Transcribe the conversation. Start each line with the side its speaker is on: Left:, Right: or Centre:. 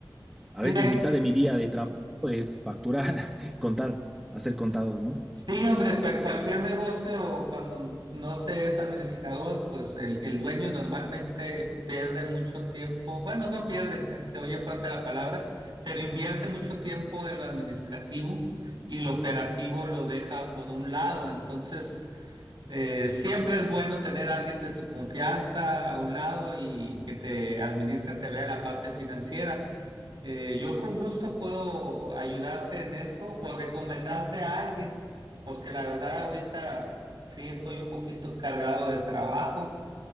Centre: A
Right: Y
Centre: veces
Right: de
Centre: mitad de mi día de trabajo es facturar, <laughs> contar, hacer contados, ¿no?
Right: Sí, hombre, pues cualquier negocio cuando no se es administrador, pues el, el dueño normalmente pierde mucho tiempo, bueno, no pierde, se oye fuerte la palabra, pero invierte mucho tiempo en lo administrativo y lo operativo lo deja por un lado. Entonces, eh, siempre es bueno tener a alguien de tu confianza a un lado y que te administre, te vea la parte financiera. Eh, yo con gusto puedo ayudarte en eso o recomendarte a alguien, porque la verdad ahorita sí estoy un poquito cargado de trabajo.